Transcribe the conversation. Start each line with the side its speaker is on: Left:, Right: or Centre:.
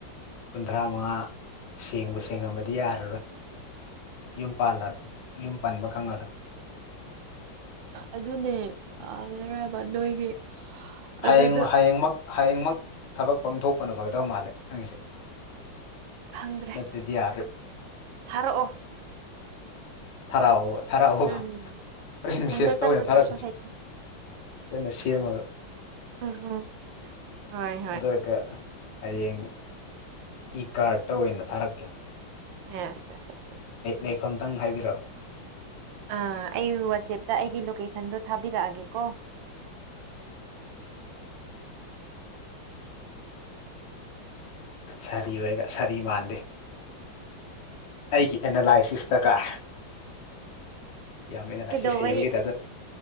Left: ꯀꯨꯟꯊ꯭ꯔꯥ ꯃꯉꯥ ꯁꯦꯡꯕꯨ ꯁꯦꯡꯉꯝꯃꯗꯤ ꯌꯥꯔꯔꯣꯏ ꯌꯨꯝ ꯄꯥꯜꯂ ꯄꯥꯟꯕ ꯈꯪꯉꯔꯣꯏ
Right: ꯑꯗꯨꯅꯦ ꯄꯥꯜꯂꯔꯣꯏ ꯍꯥꯏꯕ ꯅꯣꯏꯒꯤ
Left: ꯍꯌꯦꯡ
Right: ꯑꯗꯨꯗ
Left: ꯍꯌꯦꯡꯃꯛ ꯍꯌꯦꯡꯃꯛ ꯊꯕꯛ ꯄꯥꯡꯊꯣꯛꯄꯅ ꯐꯒꯗꯕ ꯃꯥꯜꯂꯦ ꯅꯪꯒꯤꯁꯦ
Right: ꯐꯪꯗ꯭ꯔꯦ
Left: ꯅꯠꯇ꯭ꯔꯗꯤ ꯌꯥꯔꯣꯏ
Right: ꯊꯥꯔꯛꯑꯣ
Left: ꯊꯥꯔꯛꯑꯣ ꯊꯥꯔꯛꯑꯣꯕ
Right: ꯎꯝ
Left: ꯍꯣꯔꯦꯟ
Right: ꯏꯊꯟꯇ
Left: ꯃꯦꯁꯦꯖ ꯇ
Right: ꯆꯠꯄꯗꯨꯁꯨ
Left: ꯑꯣꯏꯅ ꯊꯥꯔꯛꯀꯦ
Right: ꯍꯩꯇꯦ
Left: ꯐꯖꯅ ꯁꯦꯝꯃꯒ
Right: ꯎꯝ ꯎꯝ ꯍꯣꯏ ꯍꯣꯏ
Left: ꯑꯗꯨꯒ ꯍꯌꯦꯡ ꯏ ꯀꯥꯔꯠꯇ ꯑꯣꯏꯅ ꯊꯥꯔꯛꯀꯦ
Right: <unintelligible>
Left: ꯂꯩꯐꯝ ꯇꯪ ꯍꯥꯏꯕꯤꯔ <inaudible>
Right: ꯑꯥ ꯑꯩ ꯋꯥꯆꯦꯞꯇ ꯑꯩꯒꯤ ꯂꯣꯀꯦꯁꯟꯗꯣ ꯊꯥꯕꯤꯔꯛꯑꯒꯦꯀꯣ
Left: ꯁꯥꯔꯤ ꯑꯣꯏꯒ ꯁꯥꯔꯤ ꯃꯥꯟꯗꯦ ꯑꯩꯒꯤ ꯑꯦꯅꯥꯂꯥꯏꯁꯤꯁꯇ ꯀꯥꯔ ꯌꯥꯝ ꯑꯦꯅꯥꯂꯥꯏꯁꯤꯁ
Right: ꯀꯩꯗꯧꯕꯩ
Left: ꯍꯩꯕꯒꯤ ꯇꯥꯏꯞꯇ